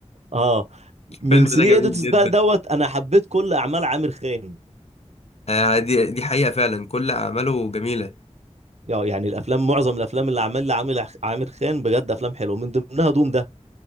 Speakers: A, on the right; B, on the left.
A: اه من
B: الفيلم
A: 3
B: ده جميل
A: ايديتس
B: جدا
A: بقى دوت انا حبيت كل اعمال عامر خان
B: آه دي دي حقيقه فعلا كل اعماله جميله
A: يا- يعني الافلام معظم الافلام اللي عملها عامل عامر خان بجد افلام حلوه من ضمنها دوم ده